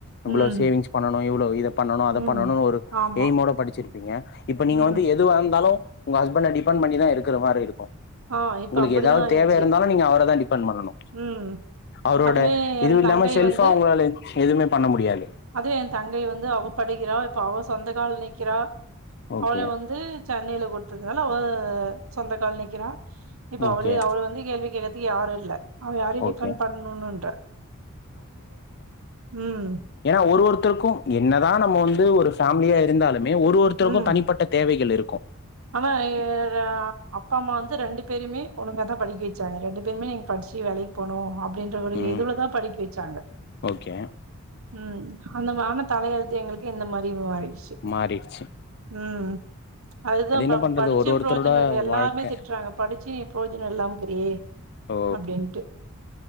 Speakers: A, on the left (about 50°); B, on the right (about 70°).
A: இவ்ளோ
B: ம்
A: சேவிங்ஸ் பண்ண னு இவ்ளோ இத பண்ணணு அத
B: ம்
A: பண்ணணுன் ஒரு
B: ஆமா
A: எய்மோட படிச்சிரு ப்பீங்க இப்ப நீங்க
B: ம்
A: வந்து எதுவாந்தாலு உங்க ஹஸ்பண்ட டிபெண் பண்ணிதா இருக்கற மாரி இருக்கு
B: ஆ இப்ப
A: உங்குளுக்கு
B: அப்டிதா
A: எதாவ்
B: ஆயிடுச்சு
A: தேவையா இருந்தாலு நீங்க அவர தா டி பண்ட் பண்ணணு
B: ம்
A: அவுரோட
B: அதுவே
A: இதுவு
B: என்
A: இல்லாம
B: தங்கை
A: செல்ஃபா
B: வந்து
A: உங்களால எஞ்ச் எதுவுமே பண்ண முடியாது
B: அதுவே என் தங்கை வந்து அவ படிக்கிறா ப்ப அவ சொந்த கால் நிக்கிறா
A: ஓகே
B: அவள வந்து சென்னைல குடுத்ததுனால அவ அ சொந்த கால் நிக் க்கிறா இப்ப
A: ஓகே
B: அவளயே அவள வந்து கேள்வி கேக்க யாரு இல் ல அவ யாரையு
A: ஓகே
B: டிஃபண் பண்ணுணுன்ற உம்
A: ஏனா ஒரு ஒருத்தருக்கூ என்னதா நம்ம வந்து ஒரு ஃபேமிலியா இருந்தாலு மே ஒருஒருத்தருக்கூ
B: ம்
A: தனிப்பட்ட தேவைகள் இரு க்கு
B: ஆனா இ ர அப்பா அம்மா வந்து ரெண்டு பேரயுமே ஒழுங்க தா படிக்க வெ ச்சாங்க ரெண்டு பேருமே நீங் படிச்சி வேலைக் போணு அப்டின்ற ஒரு
A: ம்
B: எதுலதா படிக்க வெச்சாங்க
A: ஓகே
B: உம் அந்தம் ஆன தலையழுத்து எங்குளுக்கு இந்த மாரி மாறி ஸ்
A: மாறிடுச்சு
B: உம் அதுதா
A: அது என்ன
B: நம்
A: பண்றது
B: படிச்சு
A: ஒரு ஒருத்தரோட
B: புரோஜனோ இல்ல எல்லாருமே
A: வாழ்க்க
B: திட்றாங்க படிச் நீ இப்பொழுதுனு இல்லாமபோறியே
A: ஓ
B: அப்டின்ட்டு